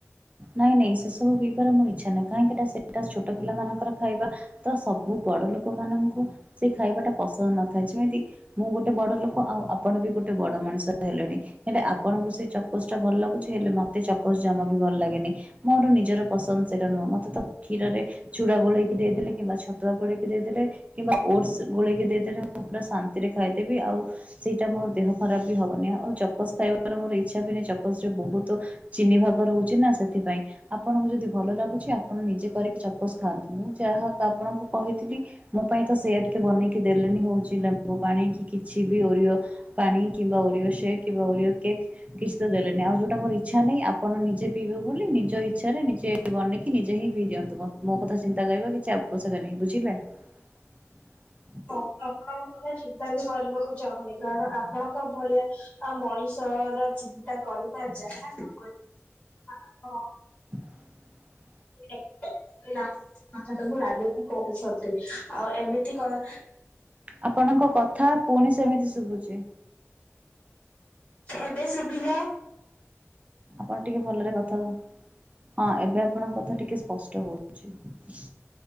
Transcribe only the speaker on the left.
ହଁ, ଆପଣଙ୍କ କଥା ଚିନ୍ତା ବି କରିବାକୁ ଚାହୁଁନି। କାରଣ, ଆପଣଙ୍କ ଭଳିଆ ମଣିଷ ଚିନ୍ତା କରିବା ଯାହା ନକରି ବା
ଆପଣ ସେ କଥାଟା ରାଗିକି କହୁଛନ୍ତି। ଆଉ ଏମିତି କଣ
ଏବେ ଶୁଭିଲା।